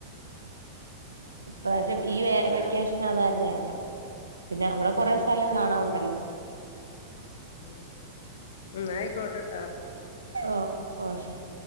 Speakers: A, on the right; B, on the left.
A: ഇപ്രാവശ്യം ഈ വെ വെക്കേഷനതായിരുന്നു യാത്ര പിന്നെവിടെ കൊറേ
B: ഉം
A: സ്ഥലം കാണാണ്ടല്ലോ
B: ഉ ന്നായി കോട്ടെ
A: ഓ ഓ ശരി